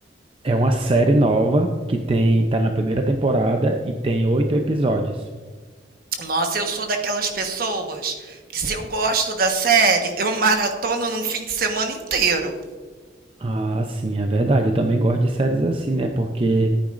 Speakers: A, on the right (about 30°); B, on the right (about 50°).
A: É uma série nova que tem, tá na primeira temporada e tem oito episódios.
B: Nossa, eu sou daquelas pessoas que se eu gosto da série, eu maratono num fim de semana inteiro.
A: Ah, sim, é verdade. Eu também gosto de séries assim, né? Porque